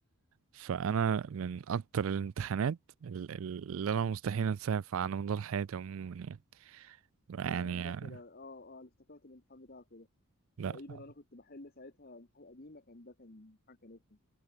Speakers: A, on the right; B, on the left.
A: فانا من اكتر الامتحانات ال- ال- اللي انا مستحيل انساها ف- على مدار حياتي عموما يعني
B: انا
A: يعني
B: فاكر اه اه انا افتكرت الامتحان بتاعكم ده
A: لا
B: تقريبا انا كنت بحل ساعتها امتحان قديمه كان ده كان امتحان كان رخم